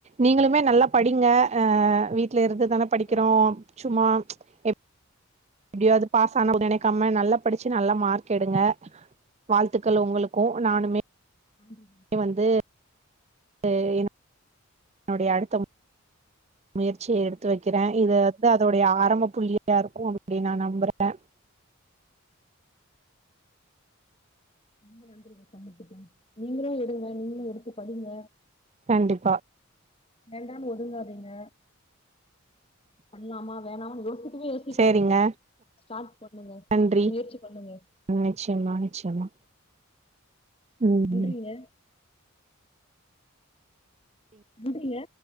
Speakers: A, on the right (about 30°); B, on the left (about 25°).
A: நீங்களுமே நல்லா படிங்க அஹ வீட். ல இருந்து தான படிக்கிறோ.
B: சொல்றீங்க
A: ஆ ம்ச் இப். எப்படியாவது பாஸ் ஆன போது நெனைக்காம நல்லா படிச்சு நல்ல மார்க் எடுங்க. வாழ்த்துக்கள் உங்களுக்கு நானுமே.
B: உம்.
A: நீ வந்து. து. <unintelligible> என்னுடைய அடுத்தம். முயற்சிய எடுத்து வைக்கிற இது வந்து அதோடைய ஆரம்ப புள்ளியா இருக்கு அப்படி நா நம்புற.
B: <unintelligible> நீங்களு எடுத்து படிங்க.
A: கண்டிப்பா
B: வேண்டான் ஒதுங்காதீங்க. பண்ணலாமா வேணாமனு யோசி. மே யோசிக்காதுங்க
A: சேரிங்க
B: ஸ்டார்ட் பண்ணுங்க
A: நன்றி
B: முயற்சி பண்ணுங்க.
A: நிச்சயமா நிச்சயமா ம்
B: நன்றிங்க
A: ம்
B: நன்றீங்க